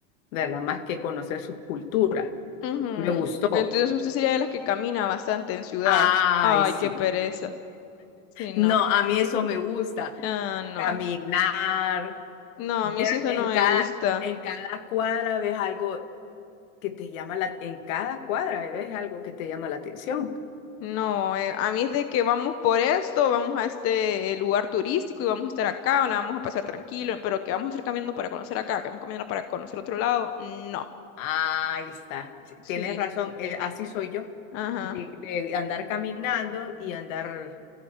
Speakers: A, on the left; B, on the left.
A: ¿verdad? Más que conocer sus culturas.
B: Ujú.
A: Me gustó.
B: Entonces usted sería de las que camina bastante en ciudad.
A: Ay,
B: Ay,
A: sí.
B: qué pereza. Sí, no.
A: No, a mí eso me gusta.
B: Ah, no.
A: caminar,
B: No,
A: ver
B: a mí sí eso
A: en
B: no me
A: cada,
B: gusta.
A: en cada cuadra ves algo que te llama la, en cada cuadra ves algo que te llama la atención.
B: No, eh, a mí es de que vamos por esto, vamos a este eh, lugar turístico y vamos a estar acá, la vamos a pasar tranquilo, pero que vamos a ir caminando para conocer acá, que vamos caminando para conocer otro lado. No.
A: ahí está, sí,
B: Sí.
A: tienes razón, eh, así soy yo,
B: Ajá.
A: de, de andar caminando y andar